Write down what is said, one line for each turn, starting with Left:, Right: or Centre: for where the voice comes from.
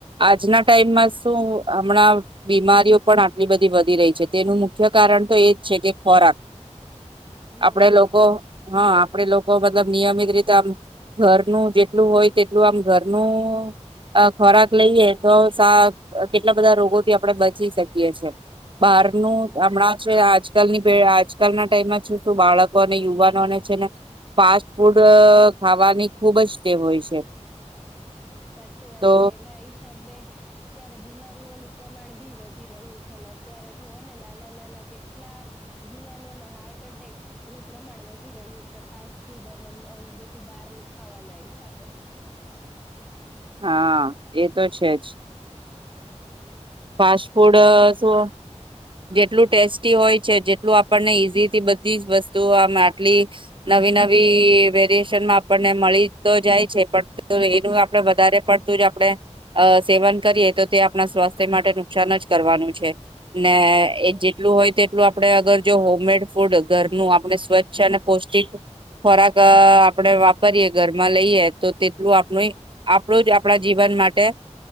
Right: આજના ટાઈમમાં શું હમણાં બીમારીઓ પણ આટલી બ વધી રહી છે તેનું મુખ્ય કારણ તો એજ છે કે ખોરાક
Centre: હમ
Right: આપડે લોકો હા આપડે લો મતલબ નિયમિત રીતે આમ ઘરનું જેટલું હોય તેટલું આમ ઘરનું અ ખોરાક લઈએ તો સા કેટલા બધા રોગોથી આપડે બચી શકીએ છે. બહારનું
Centre: હા
Right: હમણાં છે આજ આજકાલની પે આજકાલના ટાઈમમાં છે શું બાળકો અને યુવાનોને છેને ફાસ્ટ ફૂડ ખાવાની ખુબ જ ટેવ હોય છે.
Centre: સાચી વાત
Right: તો
Centre: છે એના હિસાબે અત્યારે બીમારીઓનું પ્રમાણ ભી વધી રહ્યું છે અત્યારે જોઓ ને નાના નાના કેટલા યુવાનોને હાર્ટ એટેકનું પ્રમાણ વધી રહ્યું છે ફાસ્ટ ફૂડ અને આવું બધું બહારનું ખાવાના હિસાબે
Right: હા એ તો છે જ ફાસ ફૂડ
Centre: એટલે
Right: જો જેટલું ટેસ્ટી હોય છે જેટલું આપણને ઈઝીથી બધી વસ્તુ આ આટલી નવી નવી વેરીએશનમાં આપણને મળી તો જાય છે પણ એનું આપણે વધારે પડતું જ આપણે અ સેવન કરીએ તો તે આપણા સ્વાસ્થ્ય માટે નુકસાન જ કરવાનું છે. ને
Centre: સાચી વાત
Right: એ
Centre: છે
Right: જેટલું હોય તે ટલું આપણે અગર જો હોમમેડ ફૂડ ઘરનું આપણે સ્વચ્છ અને પૌષ્ટિક ખોરાક આપણે વાપરીએ ઘરમાં લઈએ તો તેટલું આપણું આપણું જ આપણા જીવન માટે